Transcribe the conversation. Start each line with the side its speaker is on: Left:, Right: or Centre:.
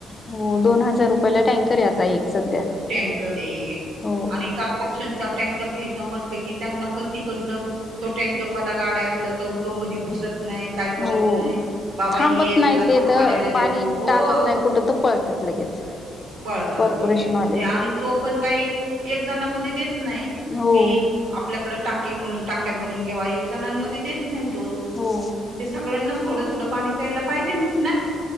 Left: हो दोन हजार रुपयाला टँकर येता एक सध्या
Right: टँकर आहे
Left: हो
Right: आणि कारॉर्पोरेशन <unintelligible> टॅकर् घ्यायच म्हटलं की त्यांना पण तिकडन तो टॅकर् गाड्या असल्या तरो मधी घुसत नाही काय करत
Left: हो
Right: नाही बाबा
Left: थांबत
Right: ये
Left: नाही
Right: तुला चहा
Left: ते तर
Right: पाण्याला देतो
Left: पाणी
Right: हो
Left: टाकत नाही कुठं तर पळत लगेच,,
Right: पळतात
Left: कॉर्पोरेशनवाले
Right: लगेच. म्हणजे, आणि तो पण काही एक जणामध्ये देत नाहीत,
Left: हो
Right: कि आपल्याकडे टाकऽऽ म्हणून टाक्या भरून घ्यावा एक जणां मधे देत नाही तो,
Left: हो
Right: सगळं नऽऽ थोडं थोडं पाणी प्यायला पाहिजे लच ना,,